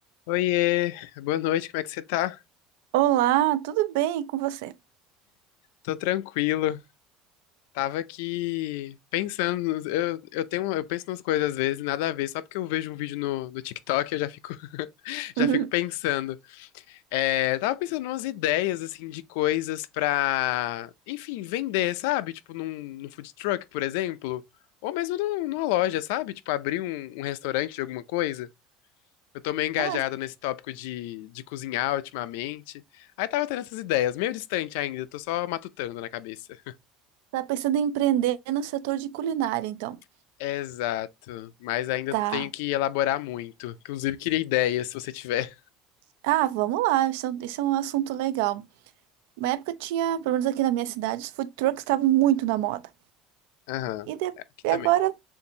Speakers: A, on the left; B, on the right.
A: Oiê, boa noite, como é que você tá?
B: Olá, tudo bem com você?
A: Tô tranquilo. Tava aqui pensando, nos- eu, eu tenho, eu penso nas coisas às vezes, nada a ver, só porque eu vejo um vídeo no, no TikTok eu já fico, <laughs>
B: <laughs>
A: já fico pensando. É, tava pensando umas ideias, assim, de coisas pra, enfim, vender, sabe? Tipo num, num food truck, por exemplo, ou mesmo num- numa loja, sabe? Tipo abrir um, um restaurante de alguma coisa. Eu tô meio engajado
B: Ah,
A: nesse tópico de, de cozinhar ultimamente. Aí tava tendo essas ideias, meio distante ainda, tô só matutando na cabeça.
B: tá pensando em empreender no setor de culinária, então.
A: <laughs> Exato, mas ainda
B: Tá.
A: tenho que elaborar muito. Inclusive, queria ideias, se você tiver.
B: Ah, vamos lá, isso, é isso é um assunto legal. Na época tinha, pelo menos aqui na minha cidade, os food trucks estavam muito na moda.
A: <laughs> Aham,
B: E, de-
A: É, aqui
B: e
A: também,
B: agora